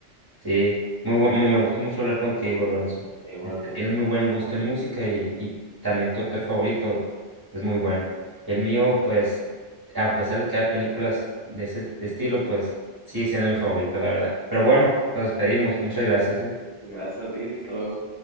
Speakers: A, on the right; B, on the left.
A: Sí, muy,
B: estoy
A: bu- muy-
B: de acuerdo.
A: me gustó mucho hablar contigo, Lorenzo.
B: Igualmente,
A: Este, tienes muy buen
B: igualmente.
A: gusto en música y, y también tu actor favorito es muy bueno. Y el mío, pues, a pesar de que hay películas de ese estilo, pues, sigue siendo mi favorito, la verdad. Pero bueno, nos despedimos. Muchas gracias, ¿eh?
B: Gracias a ti, hasta luego.